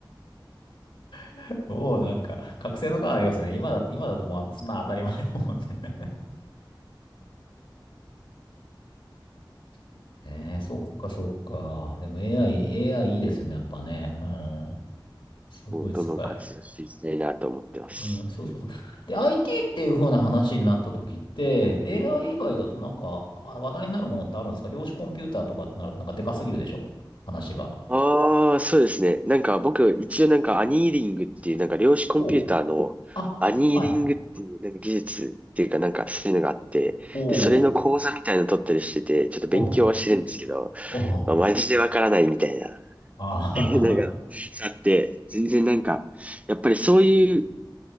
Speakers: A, on the left; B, on the right.
A: <laughs> もうなんか、覚醒の感ありますね。今だって、今だともう、そんな当たり前だもんね。<laughs> えー、そっかそっか。でも AI、AI いいですね、やっぱね。うん。すごい使え
B: もう、どんどん活用していきたいなと思ってます。
A: うん、そうそうそう。で、IT っていう風な話になった時って、AI 以外だとなんか、あ話題になるものってあるんですか量子コンピューターとかってなるとなんかでかすぎるでしょ話が。
B: ああ、そうですね。なんか僕、一応なんかアニーリングっていう、なんか量子コンピューターのアニーリングっていう、
A: おう。あ、はい。
B: なんか技術っていうかなんかそういうのがあって、
A: おー、
B: で、それの講座みたいなの取ったりしてて、ちょっと勉強はしてるんですけど、
A: おー、おー。
B: まあマジでわからないみたいな。
A: あー
B: <laughs> なんか、さって、全然なんか、やっぱりそういう